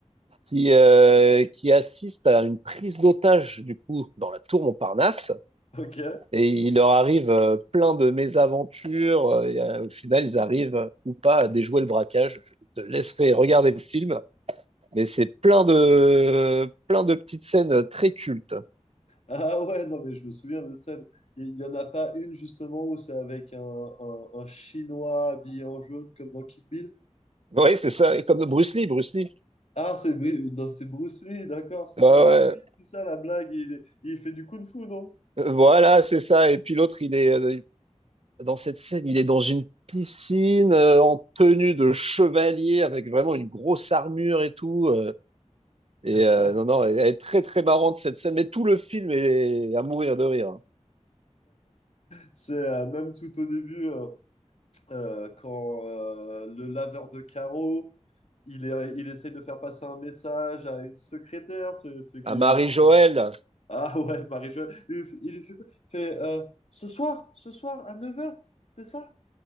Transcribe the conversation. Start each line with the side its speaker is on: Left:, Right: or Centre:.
Right: qui, euh, qui assiste à une prise d'otage du coup dans la tour Montparnasse
Left: Ok.
Right: et il leur arrive euh, plein de mésaventures euh, et euh, au final ils arrivent euh, ou pas à déjouer le braquage. Je te laisserai regarder le film, mais c'est plein de plein de petites scènes très cultes.
Left: Ah ouais, non, mais je me souviens de scène. Il n'y en a pas une, justement, où c'est avec un, un- un Chinois habillé en jaune, comme dans Kill Bill.
Right: Oui, c'est ça, comme Bruce Lee, Bruce Lee.
Left: Ah, c'est Bru- non, c'est Bruce Lee, d'accord, c'est
Right: Ouais,
Left: ça.
Right: ouais.
Left: Ah oui, c'est ça la blague, il, est- il fait du kung-fu, non?
Right: Voilà, c'est ça. Et puis l'autre, il est euh, dans cette scène, il est dans une piscine euh, en tenue de chevalier avec vraiment une grosse armure et tout. Euh, Et
Left: <laughs>
Right: euh, non, non, elle est très, très marrante cette scène, mais tout le film est à mourir de rire.
Left: C'est euh, même tout au début, euh, euh, quand euh, le laveur de carreaux, il, est, il essaye de faire passer un message à une secrétaire, c'est c'est que-
Right: À Marie-Joëlle,
Left: c'est- Ah ouais, Marie-Jo, il lui fait il lui fait quoi? Il fait euh, ce soir, ce soir à neuf heures, c'est ça?